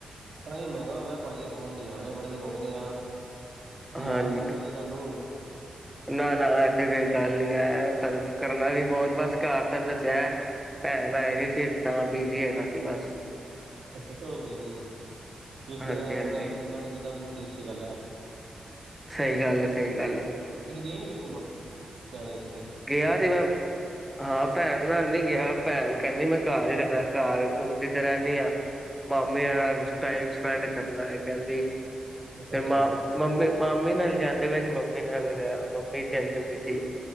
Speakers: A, on the right; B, in the centre.
A: ਤਾਂਹੀ ਮੈ ਕਿਹਾ ਮੈਂ ਭਾਜੀ ਫੋਨ ਨੀ ਆ ਰਿਹਾ ਬੜੇ ਦਿਨ ਹੋ ਗਏ ਨੇ ਯਾਰ ਯਾਦ
B: ਹਾਂਜੀ
A: ਹੀ ਨੀ ਕਰਦੇ ਸਾਨੂੰ
B: ਨਾ ਨਾ ਐਸੇ ਗੱਲ ਨੀ ਆ ਤਾਂ ਕਰਨਾ ਸੀ ਫੋਨ ਬਸ ਘਰ ਤੈਨੂੰ ਦੱਸਿਆ ਭੈਣ ਆਏ ਸੀ ਤਾਂ ਬਿਜੀ ਹੈਗਾ ਸੀ ਬਸ
A: ਅੱਛਾ ਚਲੋ ਕੋਈ ਨੀ ਰਿਸ਼ਤੇਦਾਰਾ
B: ਹਾਂਜੀ-ਹਾਂਜੀ,
A: ਨਾਲ ਟਾਈਮ ਸਪੈਂਡ ਕਰਨਾ ਵੀ ਬੜੀ ਅੱਛੀ ਗੱਲ ਹੈ
B: ਸਹੀ ਗੱਲ-ਸਹੀ
A: ਹਾਂ,
B: ਗੱਲ
A: ਫਿਰ ਗਏ ਨੀ ਫਿਰ ਘੁੰਮਣ ਕਹਿ ਰਹੇ ਸੀ
B: ਗਿਆ ਸੀ ਮੈਂ ਹਾਂ ਭੈਣ ਨੀ ਗਿਆ ਭੈਣ ਕਹਿੰਦੀ ਮੈਂ ਘਰ ਹੀ ਰਹਿਣਾ ਘਰ ਘੁੰਮਦੀ ਤੇ ਰਹਿੰਦੀ ਆ ਮਾਮੀਆਂ ਨਾਲ ਟਾਈਮ ਸਪੈਂਡ ਕਰਨਾ ਏ ਕਹਿੰਦੀ
A: ਅੱਛਾ-ਅੱਛਾ,
B: ਫੇਰ ਮਾ ਮੰਮੀ ਮਾਮੀ ਨਾਲ ਈ ਜਾਂਦੇ ਪਏ ਸੀ ਮੰਮੀ ਨਾਲ ਵਗੈਰਾ ਮੰਮੀ ਜਾਂਦੇ ਹੁੰਦੇ ਸੀ